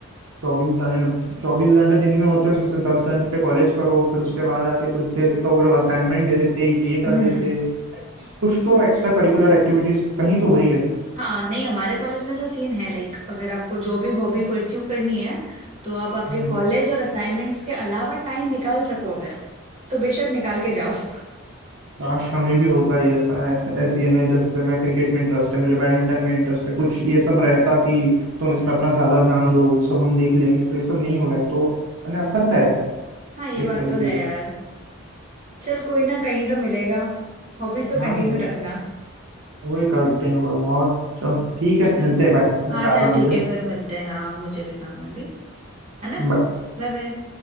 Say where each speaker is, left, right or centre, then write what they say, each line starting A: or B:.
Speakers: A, on the right; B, on the right.
A: चौबीस घंटे चौबीस घंटे दिन में होते हैं उसमें से दस घंटे कॉलेज करो फिर उसके बाद आके कुछ देर का वो लोग असाइनमेंट दे देते ये कर
B: हम्म
A: देते कुछ तो एक्स्ट्रा करिकुलर एक्टिविटीज कहीं तो हो रही है
B: हाँ नहीं हमारे कॉलेज में ऐसा सीन है लाइक अगर आपको जो भी हॉबी परस्यू करनी है तो आप आपके
A: हम्म,
B: कॉलेज और असाइनमेंट्स के अलावा टाइम निकाल सको अगर तो बेशक निकाल के जाओ <laughs>
A: काश हमें भी होता ही ऐसा ऐसी यानी जैसे मैं क्रिकेट में इंटरेस्ट है मुझे बैडमिंटन में इंटरेस्ट है कुछ ये सब रहता कि तुम इसमें अपना ज्यादा ध्यान दो वो सब हम देख लेंगे तो ये सब नहीं हो रहा है तो मैंने अखरता है
B: हाँ ये
A: एक
B: बात
A: तरीके
B: तो है
A: से
B: यार चल कोई ना कहीं तो मिलेगा हॉबीज तो कंटिन्यू
A: हाँ मिले
B: रखना
A: वही कंटिन्यू करूंगा और चल ठीक है
B: चल
A: मिलते हैं बाय
B: हाँ
A: मैं जा
B: चल
A: रहा हूँ
B: ठीक
A: मुझे
B: है फिर मिलते हैं हाँ मुझे भी काम है अभी है ना
A: Bye.
B: Bye bye